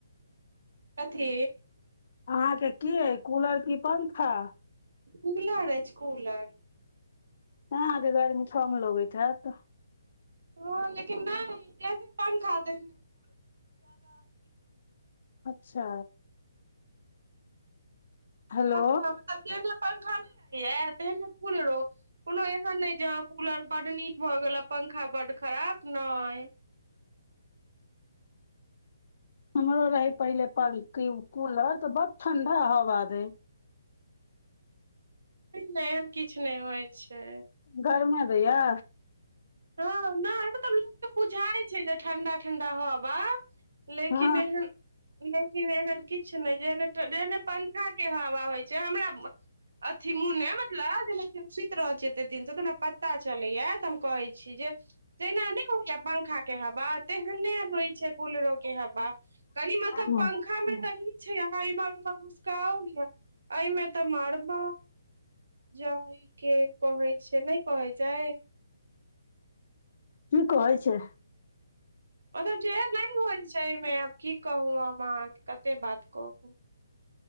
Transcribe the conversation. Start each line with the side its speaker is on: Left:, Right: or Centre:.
Right: कथी
Left: अहाँके की यऽ, कूलर की पंखा?
Right: कूलर अइछ छै। कूलर
Left: अहाँके गर्मी कम लगैत हेत।
Right: हँ, लेकिन नहि, जेहने पंखा तेहने। कूलर, <unintelligible> अथी
Left: अच्छा हेलो
Right: हँ, मतलब जेहने पंखा नहि रहै यै, तेहने कुलरो। कोनो एहन ने जे हँ, कूलर बड़ नीक भऽ गेल आ पंखा बड़ खराब ने।
Left: हमरो रहै पहिले कूलर, तऽ बड़ ठंडा हवा दे।
Right: ने एहन किछु नहि होइ छै।
Left: गर्मी दैए।
Right: हँ, नहि तऽ लोकके बुझाइ छै जे ठंडा ठंडा हवा। लेकिन
Left: हँ
Right: एहन लेकिन एहन किछु नहि जे जेने पंखाके हवा होइ छै हमरा। अथी मुनै मतलब जेना कि सूति रहैत छैै एते दिनसँ तऽ ने पता चलैया तऽ हम कहै छी जे तेना नहि होइया पंखा के हवा तेहने होइ छै कूलरो के हवा कनि मतलब
Left: हँ,
Right: पंख खा में तऽ ई छै अहाँ इमहर उमहर गुसकाओल य मे तऽ मारबा जइ के कहै छै नहि कहै छै
Left: की कहै छै
Right: मतलब जेर नहि होइ छै एहिमे आब की कहू हम अहाँके कते बात कहूँ